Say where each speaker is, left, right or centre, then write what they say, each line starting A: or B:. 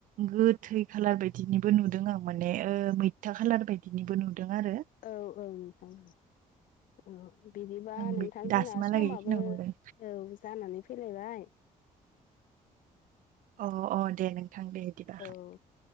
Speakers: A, on the right; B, on the left.
A: गोथै खालार बायदिनिबो नुदों आं माने ओ मैथा खालार बायदिनिबो नुदों आरो
B: औ औ नोंथां औ बिदिबा
A: आं
B: नोंथां
A: बे दासिमहालागै
B: जोंना समाबो
A: बेखिनियाव
B: औ
A: नुदों
B: जानानै फैलायबाय
A: अ अ दे नोंथां दे बिदिबा
B: औ